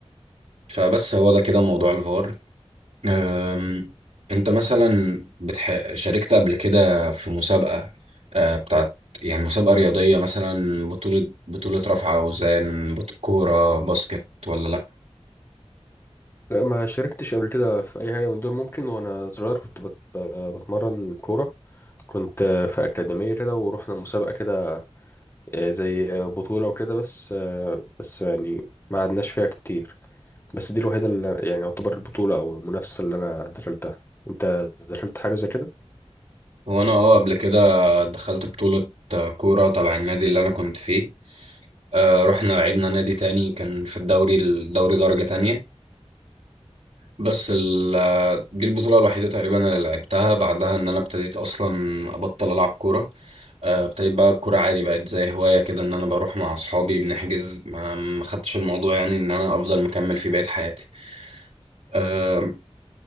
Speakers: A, on the right; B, on the left.
A: فبس هو ده كده موضوع الفار أم، انت مثلا بتح... شاركت قبل كده في مسابقة أه، بتاعت يعني مسابقة رياضية مثلا بطولة بطولة رفع أوزان بط... كورة باسكت ولا لأ؟
B: لا ما شاركتش قبل كده في اي حاجه من دول ممكن وانا صغير كنت بت... ب- بتمرن كوره كنت في اكاديميه كده ورحنا مسابقه كده آه، زي بطوله وكده بس آه، بس يعني ما عدناش فيها كتير بس دي الوحيده اللي يعني يعتبر البطوله او المنافسه اللي انا دخلتها انت دخلت حاجه زي كده
A: هو أنا اه قبل كده دخلت بطولة آه، كورة تبع النادي اللي أنا كنت فيه أه، رحنا لعبنا نادي تاني كان في الدوري الدوري درجة تانية بس ال دي البطولة الوحيدة تقريبا اللي لعبتها بعدها إن أنا ابتديت أصلا أبطل ألعب كورة آه، ابتديت بقى الكورة عادي بقت زي هواية كده إن أنا بروح مع أصحابي بنحجز ما ما خدتش الموضوع يعني إن أنا أفضل مكمل فيه بقية حياتي آه،